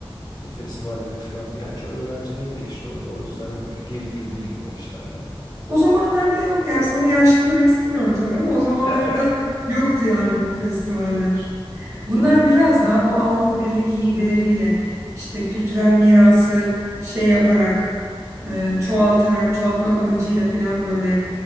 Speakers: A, on the left; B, on the right.
A: O festivalleri falan. Yani çok öğrenciliğim geçti orada. O yüzden hani pek ilgili değildim o işlerle.
B: O zamanlarda yok yani sana yaşlı demek istemiyorum tabii ama o zamanlarda
A: <laughs>
B: yoktu yani bu festivaller. Bunlar
A: Doğrudur.
B: biraz daha bu Avrupa Birliği hibeleriyle işte kültürel mirası şey yaparak e, çoğaltarak çoğaltmak amacıyla falan böyle